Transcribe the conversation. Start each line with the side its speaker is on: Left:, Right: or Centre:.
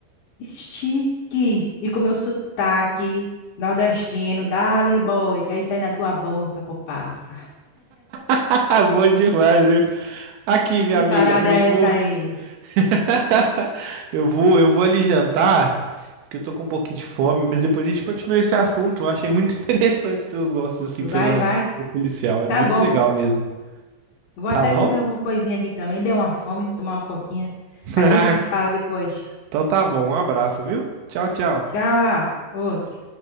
Left: Estique E com meu sotaque nordestino, dali boy, que é isso aí na tua bolsa, copaça.
Right: <laughs> Bom demais, viu? Aqui, minha
Left: Que
Right: amiga,
Left: parada
Right: eu
Left: é
Right: vou.
Left: essa aí?
Right: <laughs> Eu vou, eu vou ali jantar, porque eu tô com um pouquinho de fome, mas depois a gente continua esse assunto. Eu achei muito <laughs> interessante seus gostos, assim,
Left: Vai,
Right: pela,
Left: vai.
Right: pela policial. É
Left: Tá
Right: muito
Left: bom.
Right: legal mesmo.
Left: Vou
Right: Tá
Left: até
Right: bom?
Left: comer alguma coisinha aqui também. Deu uma fome, tomar uma coquinha.
Right: <laughs>
Left: A gente se fala depois.
Right: Então tá bom. Um abraço, viu? Tchau, tchau.
Left: Tchau, Rafa. Outro.